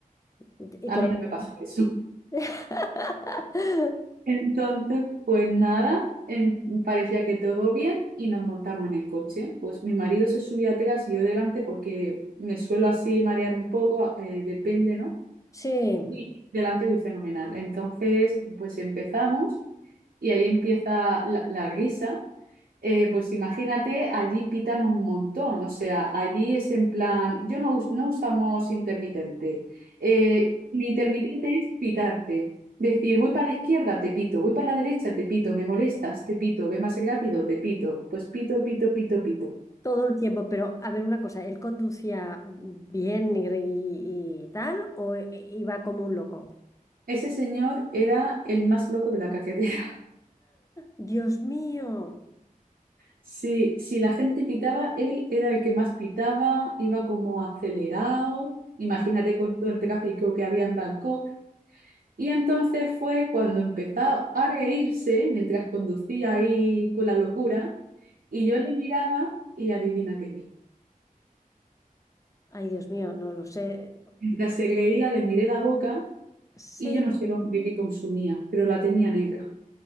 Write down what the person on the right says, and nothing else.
a
mí
no me pasó eso.
Entonces, pues nada, en- parecía que todo bien y nos montamos en el coche. Pues mi marido se subía atrás y yo delante porque me suelo así marear un poco, eh, depende, ¿no?
Y delante voy fenomenal. Entonces, pues empezamos y ahí empieza la, la risa eh, pues imagínate, allí pitan un montón, o sea, allí es en plan, yo no, us- no usamos intermitente. Eh, mi intermitente es pitarte, decir, voy para la izquierda, te pito, voy para la derecha, te pito, me molestas, te pito, ve más rápido, te pito, pues pito, pito, pito, pito.
Ese señor era el más loco de la carretera. <laughs>
Sí, si la gente pitaba, él era el que más pitaba, iba como acelerado. Imagínate con todo el tráfico que había en Bangkok. Y entonces fue cuando empezó a reírse mientras conducía ahí con la locura y yo le miraba y adivina qué vi.
Mientras se reía le miré la boca
y yo no sé el hombre que consumía, pero la tenía negra,